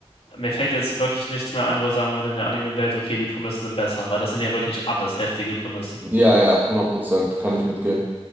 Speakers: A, on the left; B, on the right.
A: Mir fällt jetzt wirklich nichts mehr ein, wo ich sagen würde, in der Anime-Welt, okay, die Prämissen sind besser, weil das sind ja wirklich alles heftige Prämissen.
B: ja, ja, hundert Prozent kann ich mitgehen.